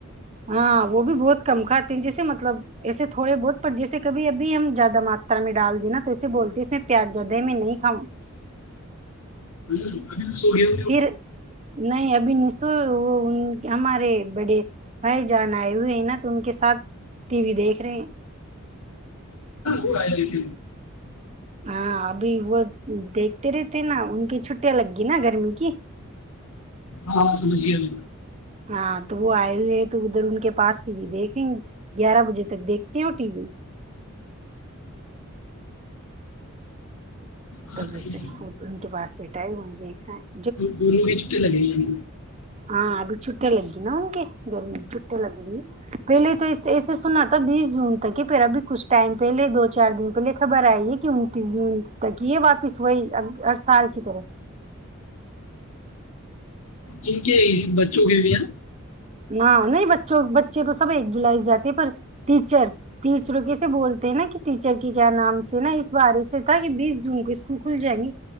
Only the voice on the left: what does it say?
ج سو گ ہو گ ہو
ت
ہاںاں سمجھ گیاب
ہاں
صحیح ہے
دوروں بھی چٹی لگے ان
ان کے بچوں کے بھییا